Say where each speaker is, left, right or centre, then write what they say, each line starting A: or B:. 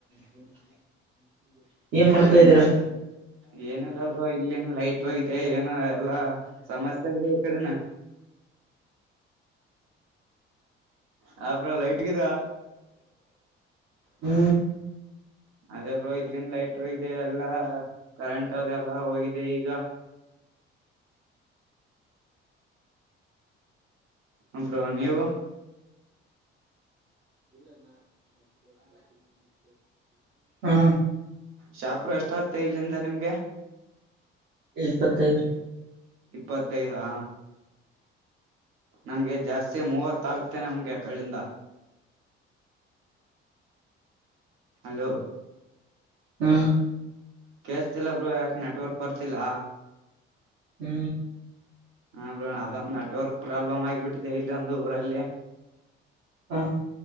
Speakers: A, on the right (about 60°); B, on the right (about 80°).
A: <unintelligible> ಇದ್ದೀರಾ
B: ಮತ್ ಏನಿಲ್ಲ ಬ್ರೋ ಇಲ್ಲಿನ್ ಲೈಟ್ ಹೋಗಿದೆ ಏನ ಎಲ್ಲಾ ಸಮಸ್ಯೆ ಇದೆ. ಕಡೆನಾ. ಹಾ ಬ್ರೋ ಲೈಟ್ ಹೋಗಿದ
A: ಹೂ
B: ಅದೇ ಬ್ರೋ ಇಲ್ಲಿನ್ ಲೈಟ್ ಹೋಗಿದೆ ಎಲ್ಲಾ ಕರೆಂಟ್ ಅದೆಲ್ಲಾ ಹೋಗಿದೆ ಈಗ. <inaudible> ಹಾ ಬ್ರೋ ನೀವು.
A: <inaudible> ಹಾ
B: ಶಪ್ರು ಅಷ್ಟ ಮತ್ತೆ ಇಲ್ಲಿಂದ ನಿಮ್ಗೆ.
A: ಇಪ್ಪತ್ತೈದು.
B: ಇಪ್ಪತ್ತೈದಾ. ನಮ್ಗೆ ಜಾಸ್ತಿ ಮೂವತ್ತ ಆಗುತ್ತೆ ನಮ್ಗೆ ಕಳ್ಳಿಂದ ಹಲೋ.
A: ಹೂ
B: ಕೆಲ್ಸ್ಟಿಲ್ ಬ್ರೋ ಯಾಕೆ ನೆಟ್ವರ್ಕ್ ಬರ್ತಿಲ್ಲ.
A: ಹೂ
B: ಹಾ ಬ್ರೋ ಅದೊಂದು ನೆಟ್ವರ್ಕ್ ಪ್ರಾಬ್ಲಮ್ ಆಗ್ಬಿಟ್ಟಿದೆ ಇಲ್ಲೊಂದು ಊರಲ್ಲಿ.
A: ಹಾ.